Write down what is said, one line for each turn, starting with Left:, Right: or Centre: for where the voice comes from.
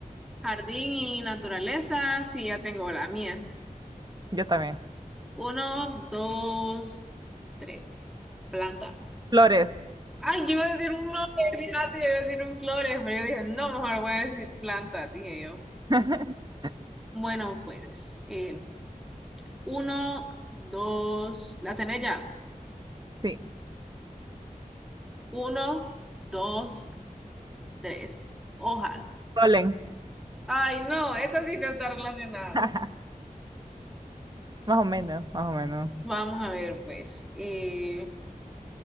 Centre: jardín y naturaleza, sí, ya tengo la mía.
Right: Yo también.
Centre: Uno, dos, tres. Planta.
Right: Flores.
Centre: Ay, yo iba a decir un flores, fíjate, yo iba a decir un flores, pero yo dije, no, mejor voy a decir planta, dije yo.
Right: <laughs>
Centre: Bueno, pues, eh, uno, dos, la tenés ya.
Right: Sí.
Centre: Uno, dos, tres. Hojas.
Right: Polen.
Centre: Ay, no, esa sí no está relacionada.
Right: <laughs> Más o menos, más o menos.
Centre: Vamos a ver, pues. eh,